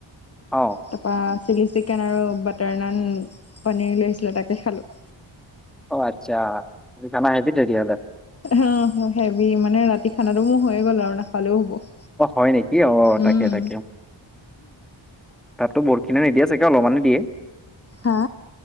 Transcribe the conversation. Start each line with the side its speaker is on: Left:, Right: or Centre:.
Centre: অ'।
Left: তাৰপৰা চিলি চিকেন আৰু বাটাৰ নান পনীৰ লৈছিলে তাকে খালোঁ।
Centre: অ', আচ্ছা খানা হেবি তেনে হ'লে।
Left: আহ হেভি মানে ৰাতি খানাটো মোৰ হৈয়ে গ'ল আৰু নাখালেও হ'ব।
Centre: অ', হয় নেকি অ',
Left: উম।
Centre: তাকে তাকে তাতো বহুত খিনে নিদিয়া <unintelligible> চে অলপ মানি দিয়ে।
Left: হা